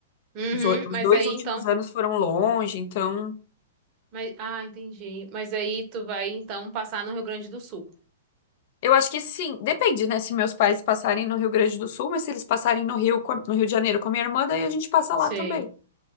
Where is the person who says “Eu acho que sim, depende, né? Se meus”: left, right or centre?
Left